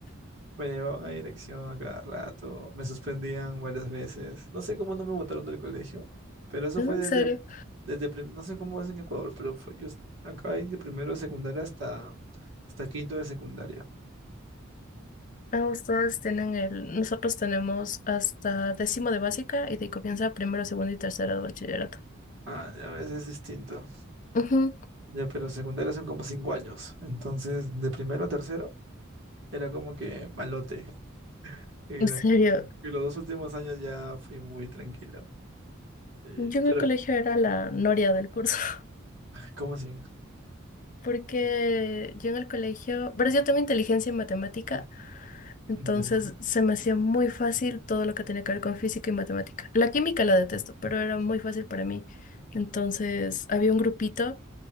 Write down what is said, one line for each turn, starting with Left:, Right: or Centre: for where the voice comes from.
Right: Me llevaban a dirección a cada rato, me suspendían varias veces. No sé cómo no me botaron del colegio, pero eso
Left: ¿Es
Right: fue
Left: en
Right: desde,
Left: serio?
Right: desde prim- no sé cómo es en Ecuador, pero fue, yo est- acá hay de primero de secundaria hasta, hasta quinto de secundaria.
Left: Ah, ustedes tienen el. Nosotros tenemos hasta décimo de básica y de ahí comienza primero, segundo y tercero de bachillerato.
Right: Ah, ya ves, es distinto.
Left: Ujú.
Right: Ya, pero secundaria son como cinco años. Entonces, de primero a tercero era como que malote. <laughs> Y, de
Left: En serio,
Right: acu- y los dos últimos años ya fui muy tranquilo. Eh,
Left: yo en
Right: pero,
Left: el colegio era la noria del curso. <laughs>
Right: ¿cómo así?
Left: Porque yo en el colegio. Pero yo tengo inteligencia en matemática Entonces
Right: Ya.
Left: se me hacía muy fácil todo lo que tenía que ver con física y matemática. La química la detesto, pero era muy fácil para mí. Entonces había un grupito,